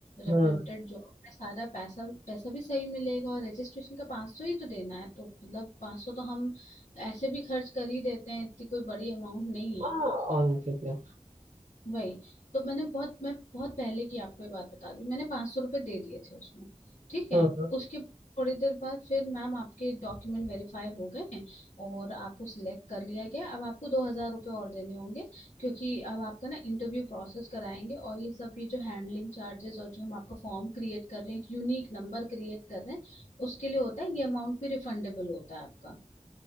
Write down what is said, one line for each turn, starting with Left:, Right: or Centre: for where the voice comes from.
Left: रेप्यूटेड
Right: हाँ
Left: जॉब में सारा पैसा पैसा भी सही मिलेगा और रजिस्ट्रेशन का पाँच सौ ही तो देना है तो मतलब पाँच सौ तो हम ऐसे भी खर्च कर ही देते हैं इतनी कोई बड़ी अमाउंट नहीं
Right: हाँ ऑन तो क्या
Left: वही तो मैंने बहुत मैं बहुत पहले की आपको ये बात बता रही हूँ मैंने पाँच सौ रुपये दे दिए थे उसमें ठीक
Right: हाँ
Left: है
Right: हाँ
Left: उसके थोड़ी देर बाद फिर मैम आपके डॉक्यूमेंट वेरीफाई हो गए हैं और आपको सिलेक्ट कर लिया गया अब आपको दो हजार रुपये और देने होंगे क्योंकि अब आपका ना इंटरव्यू प्रोसेस कराएंगे और ये सब ये जो हैंडलिंग चार्जेस और जो हम आपका फॉर्म क्रिएट कर रहे हैं एक यूनिक नंबर क्रिएट कर रहे हैं उसके लिए होता है ये अमाउंट भी रिफंडेबल होता है आपका